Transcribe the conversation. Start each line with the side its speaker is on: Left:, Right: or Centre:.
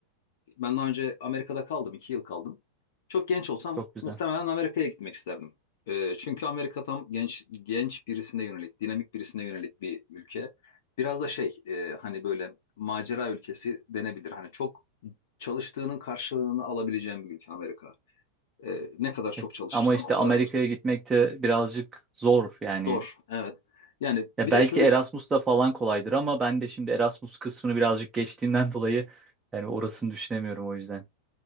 Left: ben daha önce Amerika'da kaldım iki yıl kaldım. Çok genç olsam
Right: Çok güzel.
Left: muhtemelen Amerika'ya gitmek isterdim. E, çünkü Amerika tam genç genç birisine yönelik, dinamik birisine yönelik bir ülke. Biraz da şey e, hani böyle macera ülkesi denebilir. Hani çok çalıştığının karşılığını alabileceğim bir ülke Amerika. E, ne kadar çok
Right: E,
Left: çalışırsan
Right: ama işte
Left: o kadar
Right: Amerika'ya
Left: alırsın.
Right: gitmek de birazcık zor yani
Left: Zor, evet. Yani
Right: Ya
Left: bir
Right: belki
Left: de şöyle
Right: Erasmus'ta falan kolaydır ama ben de şimdi Erasmus kısmını birazcık geçtiğimden dolayı yani orasını düşünemiyorum o yüzden.